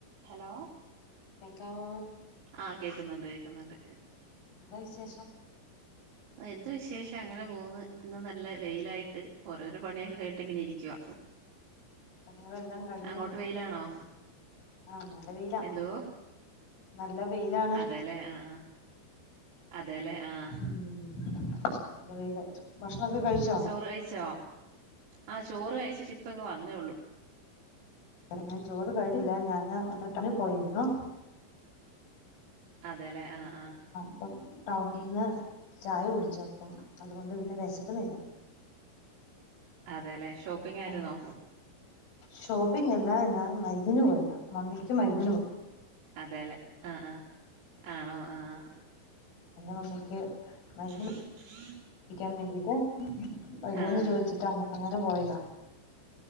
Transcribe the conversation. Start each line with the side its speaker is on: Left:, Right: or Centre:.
Right: Hello
Left: കേക്കമോ?
Right: ആഹ് കേൾക്കുന്നുണ്ട് കേൾക്കുന്നുണ്ട്
Left: എന്താ വിശേഷം?
Right: എന്തു വിശേഷം അങ്ങനെ പോകന്ന് ഇന്ന് നല്ല വെയിലായിട്ട് ഓരോരോ പണിയൊക്കെ കഴിഞ്ഞിട്ട് ഇങ്ങനെ ഇരിക്കുവ
Left: പണികളെല്ലാം കഴിഞ്ഞോ
Right: അങ്ങോട്ട് വെയിലാണോ?
Left: ആഹ് നല്ല വെയിലാ
Right: എന്തോ
Left: നല്ല വെയിലാണ്
Right: അതെല്ലേ ആഹ് ആഹ് അതെല്ലെ ആഹ്
Left: ഉം നല്ല രീതിയിലുണ്ട് ഭക്ഷണൊക്കെ കഴിച്ചു
Right: ചോറ് കഴിച്ചോ ആഹ് ചോറ് കഴിച്ചിട്ട് ഇപ്പ ഇങ്ങ് വന്നേള്ളൂ
Left: ഞാൻ ചോറ് കഴിഞ്ഞില്ല ഞാന് ഒന്ന് ടൗണിൽ പോയിരുന്നു
Right: അതെല്ലേ ആഹ് ആഹ്
Left: ഇപ്പം ടൗണിൽ നിന്ന് ചായ കുടിച്ചു അപ്പം അതുകൊണ്ട് പിന്നെ വിശക്കുന്നില്ല
Right: അതെല്ലെ ഷോപ്പിംഗ് ആയിരുന്നോ?
Left: ആ ഷോപ്പിംഗ് അല്ല ഞാൻ മരുന്നിന് പോയതാ മമ്മിക്ക് മരുന്നിനു പോയ
Right: അതേല്ലേ ആഹ് ആഹ് ആണോ ആഹ്
Left: ആ മമ്മിക്ക് മരുന്നി
Right: പി പി
Left: ക്കാൻ വേണ്ടിട്ട് വരുവോന്നു
Right: ആഹ്
Left: ചോദിച്ചിട്ട് അ അങ്ങനെ പോയതാ